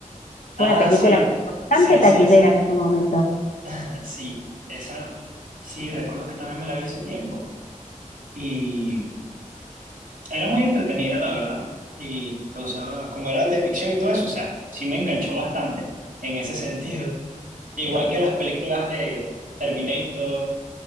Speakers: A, on the left; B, on the right.
A: Fue
B: Ah,
A: una película
B: sí,
A: bastante
B: sí,
A: taquillera
B: sí, sí.
A: en su momento.
B: <laughs> Sí, esa, sí, recuerdo que también me la vi hace tiempo. Y era muy entretenida, la verdad. Y causaba, como era de ficción y todo eso, o sea, sí me enganchó bastante en ese sentido. Igual que las películas de Terminator